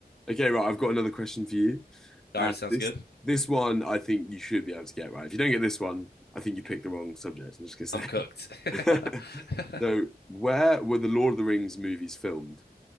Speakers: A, in the centre; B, on the left.
A: Okay, right. I've got another question for you.
B: All
A: Uh,
B: right, sounds
A: this
B: good.
A: this one I think you should be able to get right. If you don't get this one, I think you picked the wrong subject. I'm just gonna
B: I'm cooked.
A: say. <laughs>
B: <laughs>
A: So, where were the Lord of the Rings movies filmed?